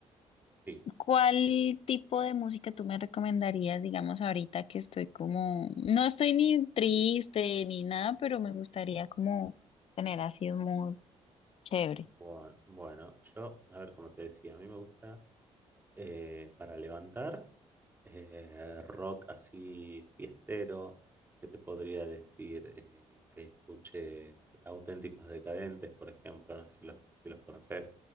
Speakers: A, on the right; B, on the left.
A: sí,
B: ¿Cuál tipo de música tú me recomendarías, digamos, ahorita que estoy como, no estoy ni triste ni nada, pero me gustaría como tener así un mood chévere?
A: bueno, bueno, yo, a ver, como te decía, a mí me gusta eh, para levantar eh, rock así fiestero. ¿Qué te podría decir? Eh, que escuches Auténticos Decadentes, por ejemplo, no sé si los, si los conoces.